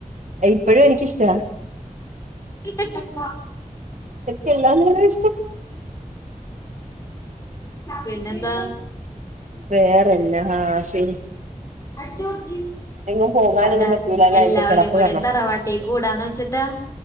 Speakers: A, on the right (about 60°); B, on the left (about 25°).
A: ഇപ്പഴും എനിക്കിഷ്ട
B: <unintelligible>
A: തെറ്റില്ലാന്നിങ്ങനെ
B: പിന്നെന്താ
A: വേറെന്നാ ആ ശരി
B: അതെന്താ
A: എങ്ങും പോകാനൊന്നും പറ്റൂല അല്ലേ
B: എല്ലാവരും
A: ഇപ്പൊ കിടപ്പ്
B: കൂടെയും
A: കാരണം
B: തറവാട്ടി കൂടാന്ന് വെച്ചിട്ടാ